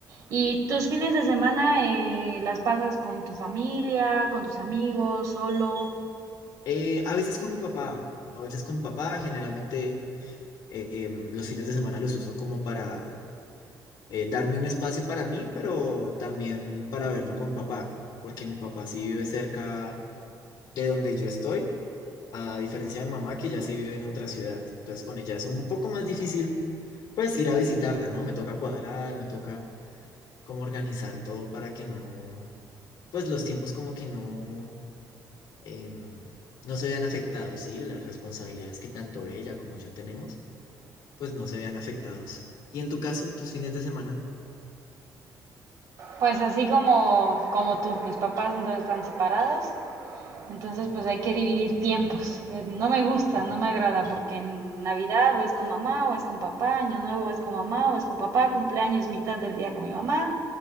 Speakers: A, on the right; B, on the left.
A: ¿Y tus fines de semana eh, las pasas con tu familia, con tus amigos, solo?
B: Eh, a veces con mi papá, a veces con mi papá, generalmente eh, em, los fines de semana los uso como para eh, darme un espacio para mí, pero también para verme con papá, porque mi papá sí vive cerca de donde yo estoy, a diferencia de mi mamá que ya sí vive en otra ciudad. Entonces con ella es un poco más difícil pues ir a visitarla, ¿no? Me toca cuadrar, me toca como organizar todo para que no, pues los tiempos como que no, em, no se vean afectados, ¿sí? Las responsabilidades que tanto ella como yo tenemos, pues no se vean afectados. Y en tu caso, tus fines de semana,
A: Pues así como, como tú, mis papás entonces están separados, entonces pues hay que dividir tiempos. Eh, No me gusta, no me agrada, porque en Navidad o es con mamá o es con papá, Año Nuevo es con mamá o es con papá, cumpleaños mitad del día con mi mamá,